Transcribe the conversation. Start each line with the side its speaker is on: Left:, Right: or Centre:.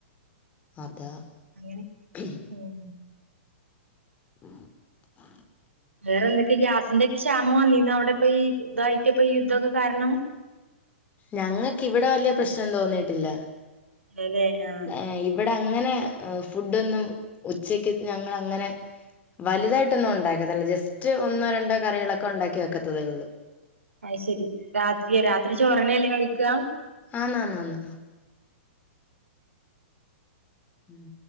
Left: അതാ
Right: അങ്ങനെ
Left: <inaudible>
Right: ഉം
Left: <unintelligible>
Right: വേറെന്തൊക്കെ ഈ ഗ്യാസിന്റെ ക്ഷാമം വന്നീന്നോ അവ്ടെ പ്പയീതായിട്ട് പ്പയീ യുദ്ധോക്കെ കാര്ണം.
Left: ഞങ്ങക്കിവിടെ വല്യ പ്രശ്നം തോന്നീട്ടില്ല.
Right: അതെല്ലേ ആഹ്
Left: ഏഹ് ഇ ഇവിടെ അങ്ങനെ ഏ ഫുടൊന്നും ഉച്ചയ്ക്ക് ഞങ്ങളങ്ങനെ വല്തായിട്ടൊന്നും ഒണ്ടാക്കത്തില്ല. ജസ്റ്റ് ഒന്നോ രണ്ടോ കറികളൊക്കെ ഒണ്ടാക്കി വെക്കത്തതേ ഒള്ളൂ.
Right: അയ് ശെരി രാത്രിയ രാത്രി ചോറന്നല്ലേ കഴിക്കാ?
Left: ആന്നാ ന്നാ ന്ന് ഉം.